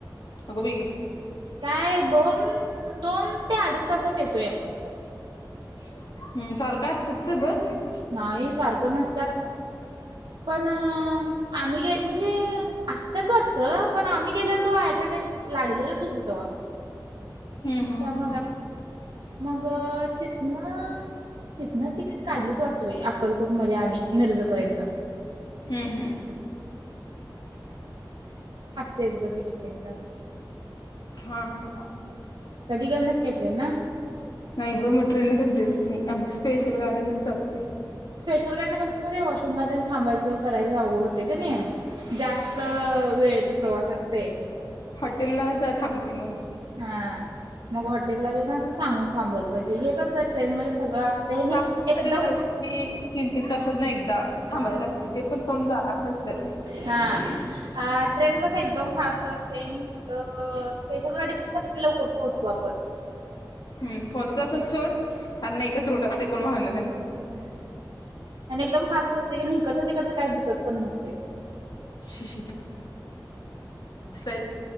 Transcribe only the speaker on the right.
काय दोन दोन ते अडीच तासात येतोय आपण.
नाही सारखं नसत्यात. पण अ आम्ही गे म्हणजे, असत्यात वाटतं, पण आम्ही गेलेल तेव्हा ऍट अ टाम लागलेलंच होत तेवा
त्या मग, मग तिथन तिथन तिकीट काढलीच वाटतं? अक्कलकोटमध्ये आहे मिरजपर्यंत.
तेज पत कठ सेट <inaudible>
गेली नाहीस काय ट्रेन न?
स्पेशल गाडीनं, कस तुम्ही ते वाँशरूम ला थांबायचं करायच अवघड होतंय की नाही जास्त वेळ प्रवास असते.
हा, मग हॉटेल ला बे असं सांगून थांबवलं पाहिजे, हे कस ट्रेन मध्ये सगळं असतय नाही
एकदम
हा. अ ट्रेन कस एकदम फास्ट असते आणि स्पेशल गाडीपेक्षा लवकर पोहोचतो आपण.
हम्. आणि एकदम फास्ट असतय, ईकडच तिकडच काय दिसत पण नसतय.